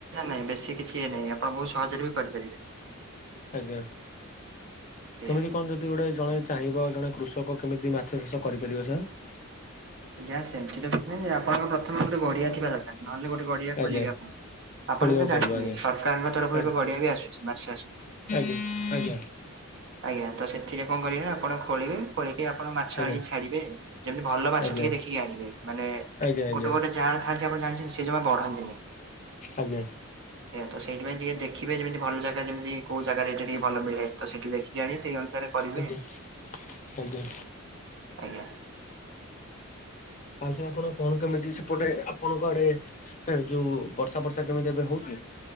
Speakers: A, on the right (about 60°); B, on the left (about 35°).
A: ନାଇଁ ବେଶୀ କିଛି ଇଏ ନାହିଁ ଆପଣ ବହୁତ ସହଜରେ ବି କରିପାରିବେ।
B: ଆଜ୍ଞା,
A: ଆଜ୍ଞା
B: କେମିତି କଣ? କେମିତି ଜଣେ ଚାହିଁବ ଜଣେ କୃଷକ କେମିତି ମାଛ ଚାଷ କରିପାରିବ ସାର୍।
A: ଆଜ୍ଞା ସେମିତି ତ କିଛି ନାଁଇ ଯେ ଆପଣଙ୍କ ପ୍ରଥମେ ଗୋଟେ ଗଡ଼ିଆ ଥିବା ଦରକାର ନହେଲେ ଗୋଟେ ଗଡ଼ିଆ ଖୋଲିବେ
B: ଆଜ୍ଞା
A: ଆପଣ। ଆପଣ
B: ଖୋଳିବାକୁ
A: ବି ତ ଜାଣିଥିବେ
B: ପଡିବ ଆଜ୍ଞା
A: ସରକାରଙ୍କ ତରଫରୁ
B: ଆଜ୍ଞା
A: ଏବେ ଗଡ଼ିଆ ବି ଆସୁଛି ମାଛ ଚାଷ ପାଇଁ।
B: ଆଜ୍ଞା।
A: ଆଜ୍ଞା ତ ସେଥିରେ କଣ କରିବେ ଆପଣ ଖୋଳିବେ ଖୋଳିକି ଆପଣ ମାଛ
B: ଆଜ୍ଞା।
A: ଆଣିକି ଛାଡ଼ିବେ। ଭଲ ମାଛ
B: ଆଜ୍ଞା
A: ଟିକେ ଦେଖିକି ଆଣିବେ ମାନେ
B: ଆଜ୍ଞା ଆଜ୍ଞା ଆଜ୍ଞା
A: ଗୋଟେ ଗୋଟେ ଯେ <inaudible> ଆପଣ ଜାଣିଛନ୍ତି ସେ ଜମା ବଢନ୍ତିନି
B: ଆଜ୍ଞା
A: ଏ ତ ସେଇଥି ପାଇଁ ଟିକେ ଦେଖିବେ ଯେମିତି ଭଲ ଜାଗା ଯେମିତି କୋଉ ଜାଗାରେ ଏଇ ଟିକେ ଭଲ ମିଳେ ତ ସେଠି ଦେଖି ଆଣି ଅନୁସାରେ କରିବେ
B: ଆଜ୍ଞା ଆଜ୍ଞା
A: ଆଜ୍ଞା
B: ଆଉ ସେ ଆପଣ କଣ କେମିତି ସେପଟେ ଆପଣଙ୍କ ଆଡେ ଯୋଉ ବର୍ଷା ଫରସା କେମିତି ଏବେ ହଉ